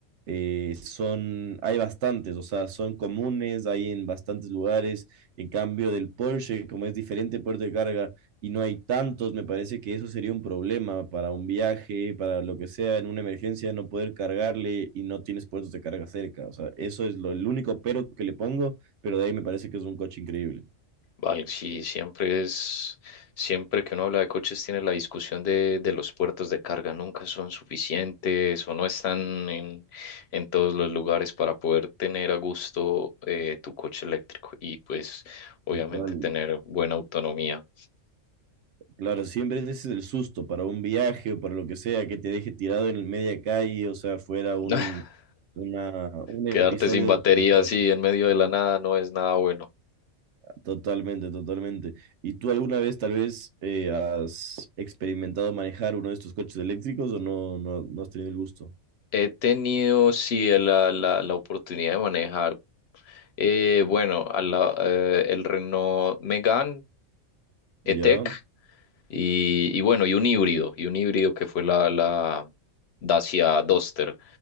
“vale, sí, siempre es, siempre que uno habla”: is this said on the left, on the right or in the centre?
Left